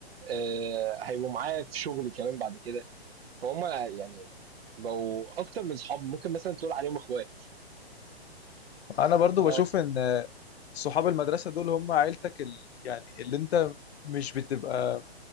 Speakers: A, on the right; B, on the left.
A: آه، هيبقوا معايا في شغل كمان بعد كده فهم يعني بقوا اكتر من صحاب ممكن مثلا تقول عليهم اخوات
B: انا برضو
A: ف
B: بشوف ان صحاب المدرسة دول هم عيلتك ال... يعني اللي انت مش بتبقى